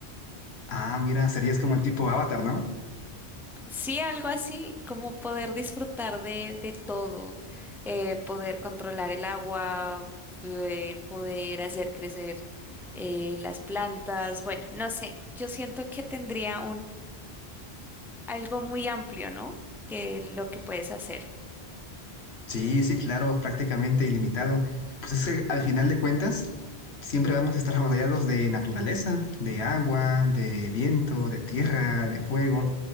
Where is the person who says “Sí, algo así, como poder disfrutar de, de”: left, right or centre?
Centre